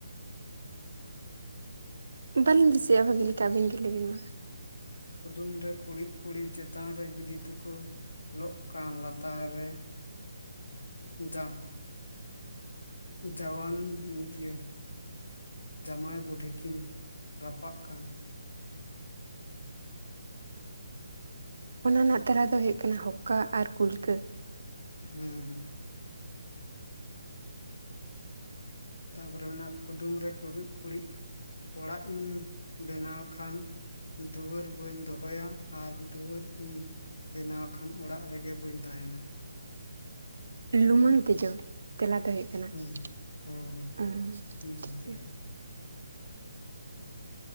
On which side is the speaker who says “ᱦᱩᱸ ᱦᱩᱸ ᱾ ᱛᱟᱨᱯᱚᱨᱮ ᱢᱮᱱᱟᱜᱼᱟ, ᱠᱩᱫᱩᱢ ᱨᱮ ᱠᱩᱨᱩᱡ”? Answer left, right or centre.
Left